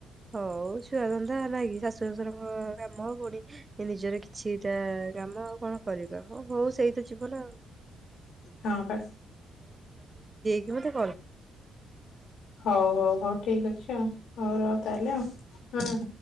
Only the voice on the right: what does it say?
ହଉ ଛୁଆଧନ୍ଦା ନାକି ଶାଶୁ କାମ ହଉ ପୁଣି ନିଜର କିଛିଟା କାମ ଆଉ କଣ କରିବା ହଁ ହଉ ସେଇ ତ ଜୀବନ ଆଉ।
କେମିତି